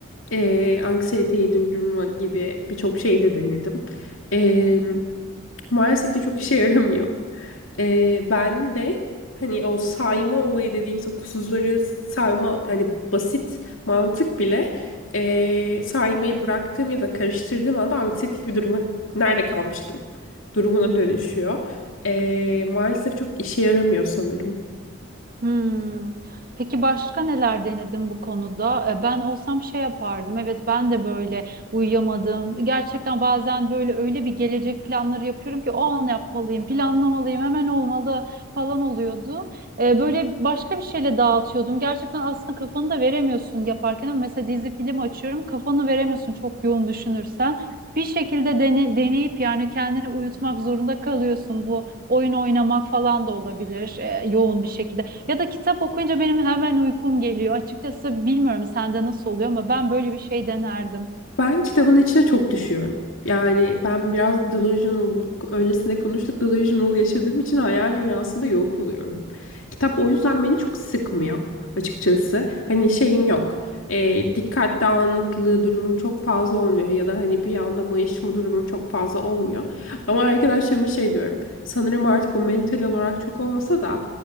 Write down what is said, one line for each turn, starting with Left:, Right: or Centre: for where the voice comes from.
Left: eee anksiyeteyi durdurma gibi birçok şey de denedim. Eee, maalesef ki çok işe yaramıyor. Ee, ben de hani o sayma olayı dediğimiz o kusurları sayma hani basit mantık bile ee, saymayı bıraktığım ya da karıştırdığım anda anksiyetik bir duruma nerede kalmıştım durumuna dönüşüyor. Ee, maalesef çok işe yaramıyor sanırım.
Right: Hmm. Peki başka neler denedin bu konuda? E, Ben olsam şey yapardım. Evet ben de böyle uyuyamadım. Gerçekten bazen böyle öyle bir gelecek planları yapıyorum ki o an yapmalıyım, planlamalıyım, hemen olmalı falan oluyordu. E, Böyle başka bir şeyle dağıtıyordum. Gerçekten aslında kafanı da veremiyorsun yaparken. Ama Mesela dizi film açıyorum, kafanı veremiyorsun çok yoğun düşünürsen. Bir şekilde dene- deneyip yani kendini uyutmak zorunda kalıyorsun. Bu oyun oynamak falan da olabilir e, yoğun bir şekilde. Ya da kitap okuyunca benim hemen uykum geliyor. Açıkçası bilmiyorum sende nasıl oluyor ama ben böyle bir şey denerdim.
Left: Ben kitabın içine çok düşüyorum. Yani ben biraz delusional, bunu öncesinde konuştuk, delusional yaşadığım için hayal dünyasında yok oluyorum. Kitap o yüzden beni çok sıkmıyor açıkçası. Hani şeyim yok. E, dikkat dağınıklığı durumum çok fazla olmuyor ya da hani bir anda mayışma durumum çok fazla olmuyor. Ama arkadaşlarıma şey diyorum. Sanırım artık o mental olarak çok olmasa da